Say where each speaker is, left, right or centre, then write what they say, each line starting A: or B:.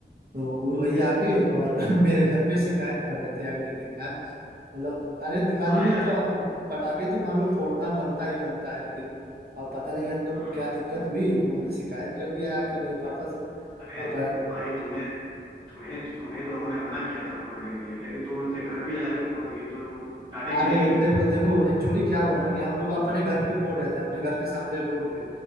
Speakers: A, on the right; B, on the right.
A: तो वो वही
B: <laughs>
A: आके और <laughs> मेरे घर पे शिकायत कर रहे थे अगले दिन यार मतलब अरे दिवाली
B: हाँ
A: में
B: यार
A: तो हम- पटाखे तो मान लो फोड़ना बनता ही बनता है लेकिन अब पता नहीं अंकल
B: हम्म,
A: को क्या दिक्कत हुई उन्होंने शिकायत कर दिया आके मेरे पापा से
B: अरे
A: पापा
B: भाई तुमने तुम्हें तुम्हें तो उन्होंने मना किया था फोड़ने के लिए लेकिन तुम उनके घर पे जाके फोड़ दिए तो वो डांटेंगे
A: अरे
B: नहीं
A: देखो देखो एक्चुअली क्या हुआ ना कि हम लोग अपने घर पे फोड़ रहे थे अपने घर के सामने रोड पे